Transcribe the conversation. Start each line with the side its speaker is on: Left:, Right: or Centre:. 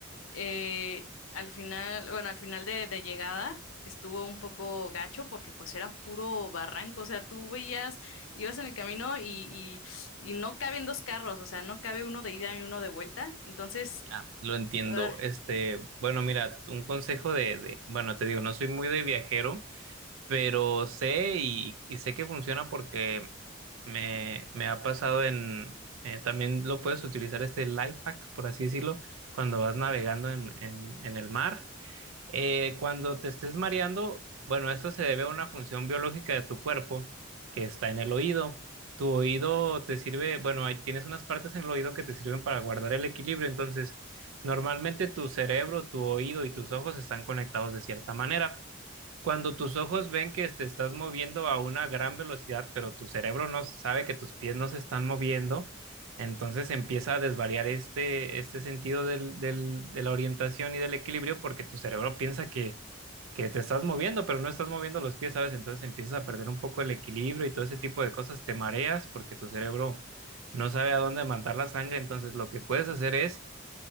Left: Eh, al final, bueno, al final de, de llegada estuvo un poco gacho porque pues era puro barranco, o sea, tú veías, ibas en el camino y, y, y no caben dos carros, o sea, no cabe uno de ida y uno de vuelta, entonces,
Right: Ya, lo entiendo.
Left: ugh,
Right: Este, bueno, mira, un consejo de, de, bueno, te digo, no soy muy de viajero. pero sé y, y sé que funciona porque me, me ha pasado en, eh, también lo puedes utilizar este life hack, por así decirlo, cuando vas navegando en, en, en el mar. Eh, cuando te estés mareando, bueno, esto se debe a una función biológica de tu cuerpo que está en el oído. Tu oído te sirve, bueno, ahí tienes unas partes en el oído que te sirven para guardar el equilibrio. Entonces, normalmente tu cerebro, tu oído y tus ojos están conectados de cierta manera. Cuando tus ojos ven que te estás moviendo a una gran velocidad, pero tu cerebro no sabe que tus pies no se están moviendo, entonces empieza a desvariar este, este sentido del- del- de la orientación y del equilibrio porque tu cerebro piensa que, que te estás moviendo, pero no estás moviendo los pies, ¿sabes? Entonces empiezas a perder un poco el equilibrio y todo ese tipo de cosas, te mareas porque tu cerebro no sabe a dónde mandar la sangre, entonces lo que puedes hacer es